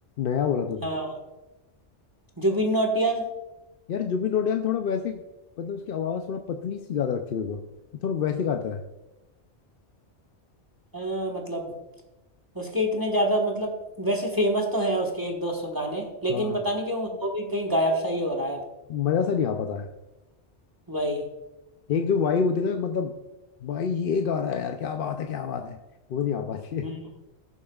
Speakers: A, on the left; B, on the right.
A: नया बोला तूने
B: हाँ जुबिन नौटियाल
A: यार जुबिन नौटियाल थोड़ा वैसे मतलब उसकी आवाज थोड़ा पतली सी ज्यादा लगती है मेरे को थोड़ा वैसे गाता है
B: अ, मतलब उसके इतने ज्यादा मतलब वैसे फेमस तो हैं उसके एक दो सौ गाने लेकिन
A: हाँ
B: पता नहीं क्यों वो भी कहीं गायब सा ही हो रहा है अब
A: मजा सा नहीं आ पाता है
B: वही
A: एक जो वाइब होती है ना मतलब भाई ये गा रहा है यार क्या बात है क्या बात है वो नहीं आ पाती है
B: हम्म,